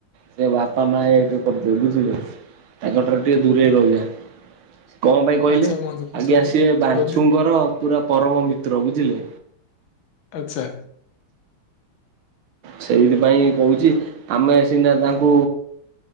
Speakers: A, on the right; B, on the left.
A: ସେ ବାପା ମା କରିଦେ ବୁଝିଲେ ତାଙ୍କଠାରୁ ଟିକେ ଦୂରେଇ ରହିଯା। କଣ ପାଇଁ କହିଲେ
B: ଆଚ୍ଛା ବନ୍ଧୁ
A: ଆଗେ
B: ଯଦି
A: ଆସିବେ ବା
B: ଯଦି
A: ପୁରା ପରମ ମିତ୍ର ବୁଝିଲେ।
B: ଆଚ୍ଛା।
A: ସେଇଥିପାଇଁ କହୁଛି ଆମେ ସିନା ତାଙ୍କୁ